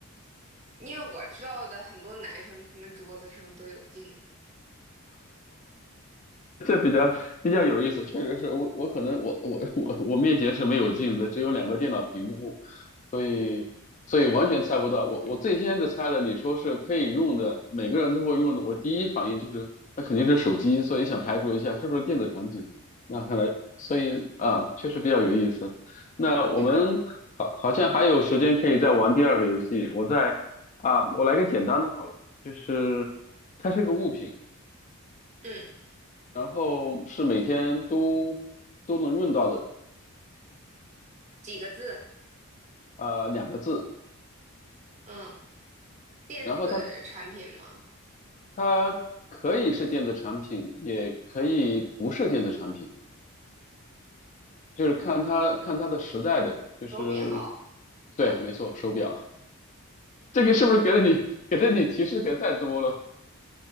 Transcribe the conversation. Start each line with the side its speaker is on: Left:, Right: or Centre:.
Right: 因为我知道的很多男生，他们桌子上都有镜子。
Left: <laughs> 这比较比较有意思，确实是我我可能我我我我面前是没有镜子，只有两个电脑屏幕，所以所以完全猜不到。
Right: 嗯
Left: 我我最先是猜的，你说是可以用的，每个人都会用的，我第一反应就是那肯定是手机，所以想排除一下是不是电子产品。那看来，所以啊，确实比较有意思。那我们好好像还有时间可以再玩第二个游戏，
Right: ，OK，
Left: 我再啊，我来个简单的好了，就是它是个物品。
Right: 嗯，
Left: 然后是每天都都能用到的，
Right: 几个字？
Left: 呃，两个字。
Right: 嗯，电子产品吗？
Left: 然后它它可以是电子产品，也可以不是电子产品，就是看它看它的时代的，就是
Right: 手表。
Left: 对，没错，手表。<laughs> 这个是不是给了你给了你提示给太多了？